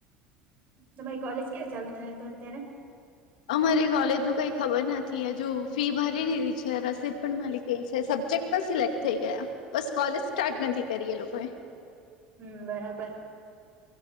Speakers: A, on the right; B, on the left.
A: તમારી કોલેજ ક્યારે ચાલુ થાય તો અત્યારે?
B: અમારી કોલેજ નું કઈ ખબર નથી હજુ ફી ભરી દીધી છે રસીદ પણ મલી ગઈ છે સબ સજેક પણ સિલેક્ટ થઈ ગયા બસ કોલેજ સ્ટાર્ટ નથી કરી એ લોકોએ.
A: હમ બરાબર